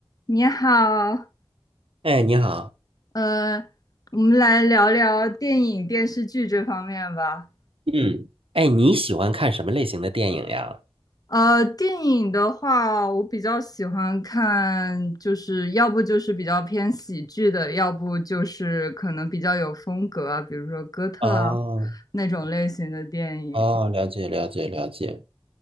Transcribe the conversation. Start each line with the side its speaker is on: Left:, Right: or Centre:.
Left: 你好，
Right: 哎，你好，
Left: 呃，我们来聊聊电影、电视剧这方面吧。
Right: 嗯，哎，你喜欢看什么类型的电影呀？
Left: 呃，电影的话，我比较喜欢看，就是要不就是比较偏喜剧的，要不就是可能比较有风格啊，比如说哥特啊
Right: 哦
Left: 那种类型的电影。
Right: 哦，了解了解了解。